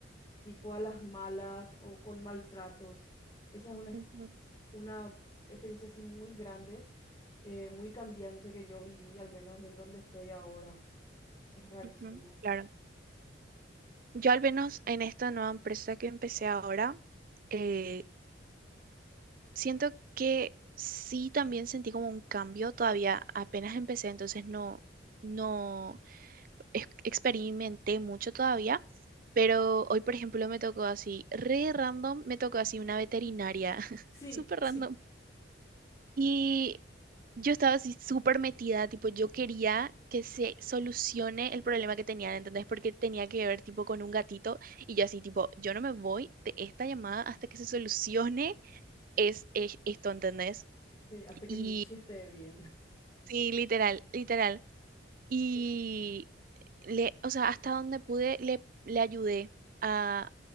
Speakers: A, on the left (about 25°); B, on the right (about 45°).
A: tipo a las malas o con maltratos. Esa es una, ex-
B: ujú,
A: una experiencia así muy grande eh, muy cambiante que yo viví, al menos en donde estoy ahora. Es rarísimo.
B: ujú, claro. Yo al menos en esta nueva empresa que empecé ahora, eh, siento que sí también sentí como un cambio, todavía apenas empecé, entonces no, no, ex- experimenté mucho todavía, pero hoy, por ejemplo, me tocó así, re random, me tocó así una veterinaria, <laughs>
A: Sí,
B: súper
A: sí,
B: random. Y yo estaba así súper metida, tipo, yo quería que se solucione el problema que tenían, ¿entendés? Porque tenía que ver, tipo, con un gatito y yo así, tipo, yo no me voy de esta llamada hasta que se solucione es, es esto, ¿entendés?
A: sí, hasta que
B: Y
A: Michi esté bien. <laughs>
B: sí, literal, literal. Y
A: Eh,
B: le, o sea, hasta donde pude, le, le ayudé a,